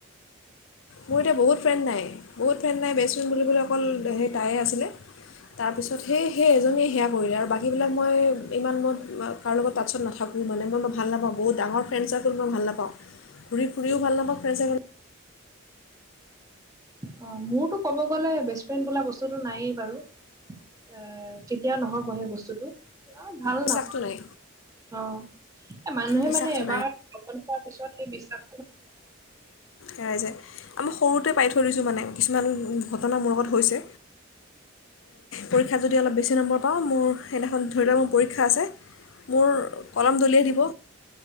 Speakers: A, on the left; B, on the right.
A: মোৰ এতিয়া বহুত ফ্ৰেণ্ড নাই বহুত ফ্ৰেণ্ড নাই বেষ্টফ্ৰেণ্ড বুলিবলৈ অকল সেই তাইয়ে আছিলে। তাৰপিছত সেই সেই এজনীয়ে সেয়া কৰিলে আৰু বাকীবিলাক মই ইমান মই কৰোঁ লগত টাৰ্চত নাথাকোঁ। মানে মই ভাল নাপাওঁ বহুত ডাঙৰ ফেণ্ড চাৰ্কেল ভাল নাপাওঁ ঘূৰি ফুৰিও ভাল নাপাওঁ ফ্ৰেণ্ড চাৰ্কেল।
B: অ মোৰতো ক'ব গ'লে বেষ্ট ফ্ৰেণ্ড বোলা বস্তুটো নাইয়েই বাৰু। এ কেতিয়াও নহব সেই বস্তুটো ভাল
A: বিশ্বাসটো
B: নাপওঁ
A: নাই
B: অ এ মানুহে
A: বিশ্বাসটো
B: মানে এবাৰ ঠগন পোৱাৰ পিছত সেই বিশ্বাস
A: ৰাইজে আমাৰ সৰুতে পাই থৈ দিছোঁ মানে কিছুমান ঘটনা মোৰ লগত হৈছে পৰীক্ষাত যদি অলপ বেছি নম্বৰ পাওঁ মোৰ সেইদিনাখন ধৰি লও ম পৰ ৰীক্ষা আছে মোৰ কলম দলিয়াই দিব